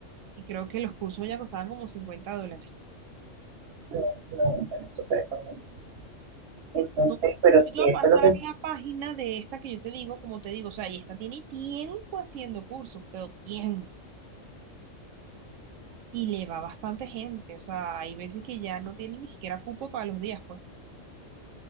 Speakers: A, on the right; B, on the right.
A: Y creo que los cursos ya costaban como 50 dólares.
B: No, no, no, no, súper económico. Entonces,
A: No,
B: pero
A: Yo te
B: sí,
A: voy
B: eso
A: a pasar
B: es lo que,
A: la página de esta que yo te digo, como te digo, o sea, y esta tiene tiempo haciendo cursos, pero tiempo. Y le va bastante gente, o sea, hay veces que ya no tiene ni siquiera cupo para los días, pues.